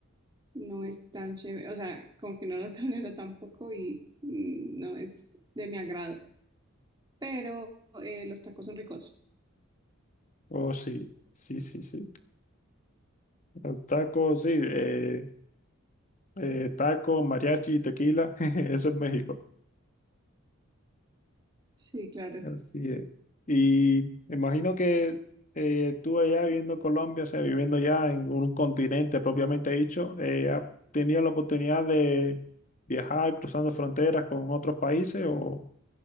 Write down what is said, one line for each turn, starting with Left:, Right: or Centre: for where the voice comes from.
Right: no es tan chévere, o sea, como que no lo <laughs> tolero tampoco y mm, no es de mi agrado, pero eh, los tacos son ricos,
Left: Oh, sí, sí, sí, sí. Los tacos, sí. Eh, eh, taco, mariachi, tequila, <laughs> jeje, eso es México.
Right: sí, claro.
Left: Así es. Y me imagino que eh, tú allá viviendo en Colombia, o sea, viviendo ya en un continente propiamente dicho, eh, ¿has tenido la oportunidad de viajar cruzando fronteras con otros países o